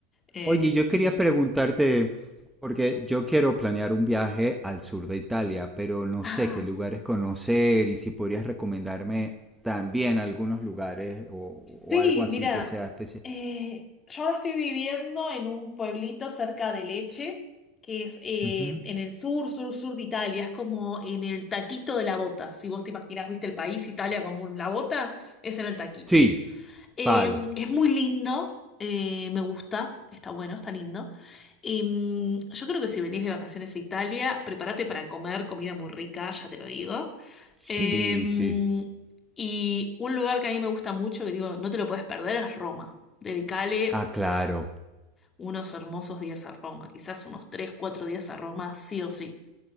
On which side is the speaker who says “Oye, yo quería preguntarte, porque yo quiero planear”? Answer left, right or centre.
Centre